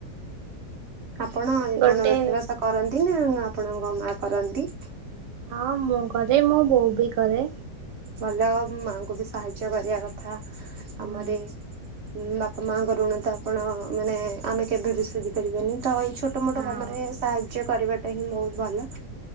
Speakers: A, on the right; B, on the right.
A: ଆପଣ
B: ଗୋଟେ
A: କଣ ରୋଷେଇବାସ କରନ୍ତି ନା, ଆପଣଙ୍କ ମା କରନ୍ତି?
B: ହଁ ମୁଁ କରେ, ମୋ ବୋଉ ବି କରେ।
A: ଭଲ, ମାଙ୍କୁ ବି ସାହାଯ୍ୟ କରିଆ କଥା କାମରେ।
B: ହୁଁ
A: ଉମ୍ ବାପା ମାଙ୍କ ଋଣ ତ ଆପଣ ମାନେ ଆମେ କେଭେ ବି ସୁୁଝି ପାରିବାନି, ତ ଏଇ ଛୋଟ ମୋଟ
B: ହଁ
A: କାମରେ
B: ହଁ।
A: ସାହାଯ୍ୟ କରିବାଟା ହିଁ ବହୁତ ଭଲ।